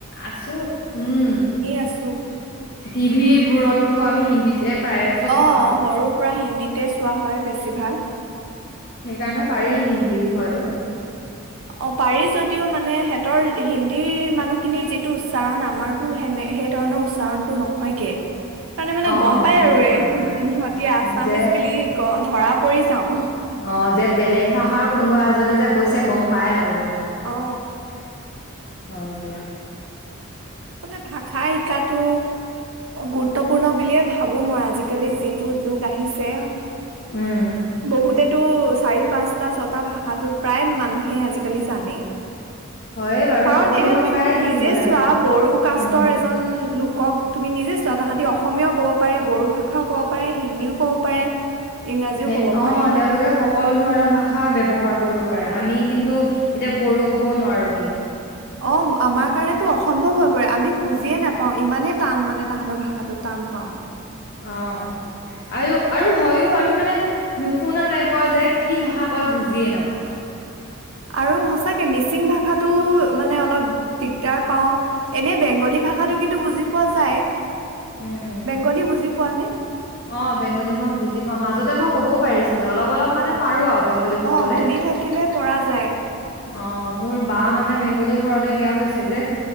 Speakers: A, on the left (about 50°); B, on the right (about 75°).
A: আছো, উম',
B: আছো
A: টিভিবোৰতোতো আমি হিন্দীতে প্ৰায়ে চব
B: অ',
A: চাওঁ
B: সৰুৰ পৰা হিন্দীত তে চোৱা হয় বেছি ভাগ।
A: সেইকাৰণে পাৰি হিন্দী বিষয়টো।
B: অ', পাৰি যদিও মানে হেতৰ হিন্দী মানুহখিনিৰ যিটো উচ্চাৰণ আমাৰতো সেনে সেই ধৰণৰ উচ্চাৰণটো নহয়গে। সেইকাৰণে মানে
A: অ
B: গম পাই
A: সেইটো
B: আৰু
A: হয়
B: এই
A: বাৰু
B: সিহঁতে আছামিজ
A: যে
B: বুলি গ ধৰা পৰি যাও।
A: অ যে বেলেগ ভাষাৰ কোনোবা এজনে যে কৈছে গ'ম পায় আৰু। মানে।
B: অ
A: <inaudible> হয় দিয়া।
B: ন ভাষা শিকাতো গুৰুত্বপূৰ্ণ বুলিয়ে ভাবো মই আজিকালি যিটো যুগ আহিছে
A: উম
B: বহুতেটো চাৰি পাঁচ ছটা ছটা ভাষাটো, প্ৰায় মানুহে আজিকালি জানেই।
A: হয় বাৰু,
B: কাৰণ
A: সকলো
B: এতিয়া
A: ভাষাই
B: তুমি
A: শিকিব
B: নিজে
A: লাগে।
B: চোৱা বড়ো কাষ্টৰ
A: উম
B: এজন লোক কওক তুমি নিজে চোৱা তাহাতি অসমীয়াও ক'ব পাৰে, বড়ো ভাষাও ক'ব পাৰে, হিন্দীও ক'ব পাৰে ইংৰাজীও
A: সেই
B: ক'ব
A: অ',
B: পাৰে
A: তেওঁলোকে সকলো ধৰণৰ ভাষা ব্যৱহাৰ কৰিব পাৰে। আমি কিন্তু, এতিয়া বড়ো ক'ব নোৱাৰো কিন্তু।
B: অ', আমাৰ কাৰণেতো অসম্ভৱ হৈ পৰে, আমি বুজিয়ে নাপাওঁ, ইমানে টান মানে তাহাঁতৰ ভাষাটো টান পাওঁ।
A: অ', আৰু, আৰু হয়ো আমি মানে নুশুনা টাইপৰ যে, কি ভাষা কয় বুজিয়ে নাপাওঁ।
B: আৰু সঁচাকে, মিচিং ভাষাটো মানে অলপ দিগদাৰ পাওঁ, এনেই বেংগলী ভাষাটো কিন্তু বুজি পোৱা যায়
A: উম উম
B: বেংগলী বুজি পোৱা নে
A: অ বেংগলী মই বুজি পাম মাজতে মই কবও পাৰিছিলো অলপ অলপ মানে পাৰো আৰু বেংগলী ক'বলে।
B: অ শুনি থাকিলে পৰা যায়
A: অ মোৰ বা মানে বেংগলী ঘৰতে বিয়া হৈছে যে